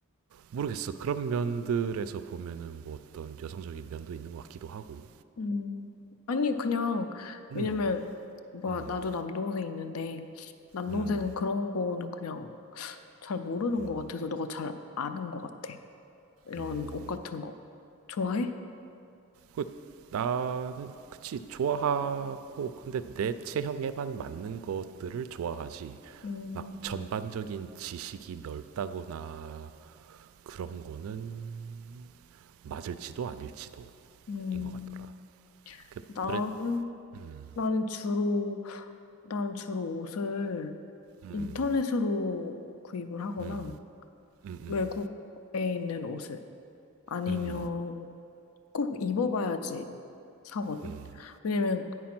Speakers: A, on the right (about 70°); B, on the left (about 80°).
A: 모르겠어. 그런 면들에서 보면은 뭐 어떤 여성적인 면도 있는 것 같기도 하고.
B: 음. 아니, 그냥,
A: 음,
B: 왜냐면, 뭐,
A: 음,
B: 나도 남동생 있는데, 남동생은
A: 음,
B: 그런 거는 그냥 잘 모르는
A: 음,
B: 것 같아서 너가 잘 아는 것 같아. 이런
A: 음.
B: 옷 같은 거. 좋아해?
A: 그 나는 그치 좋아하고 근데 내 체형에만 맞는 것들을 좋아하지.
B: 음,
A: 막 전반적인 지식이 넓다거나 그런 거는 맞을지도 아닐지도
B: 음.
A: 인 것 같더라. 그
B: 나는,
A: 브랜 음,
B: 나는 주로, 나는 주로 옷을
A: 음,
B: 인터넷으로 구입을 하거나
A: 음, 음, 음,
B: 외국에 있는 옷을 아니면
A: 음,
B: 꼭 입어봐야지 사거든.
A: 음, 음.
B: 왜냐면